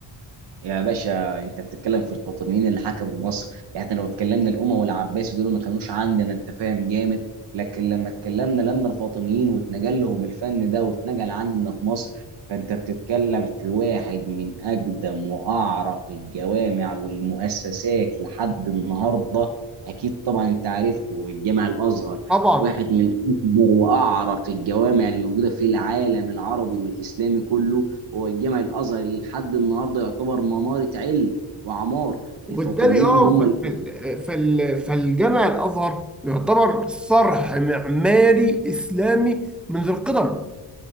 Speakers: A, on the right; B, in the centre.
A: يا باشا انت بتتكلم في الفاطميين اللي حكموا مصر يعني احنا لو اتكلمنا الاموي والعباسي دول ما كانوش عندنا انت فاهم جامد لكن لما اتكلمنا لما الفاطميين واتنقل لهم الفن ده واتنقل عندنا في مصر فانت بتتكلم في واحد من اقدم واعرق الجوامع والمؤسسات لحد النهارده اكيد طبعا انت عرفته الجامع الازهر
B: طبعا
A: واحد من اكبر واعرق الجوامع الموجوده في العالم العربي والاسلامي كله هو الجامع الازهر اللي لحد النهارده يعتبر مناره علم وعمار
B: وبالتالي
A: الفاطميين
B: اه
A: هم
B: ف-
A: اللي
B: فال... فال... فالجامع الازهر يعتبر صرح معماري اسلامي منذ القدم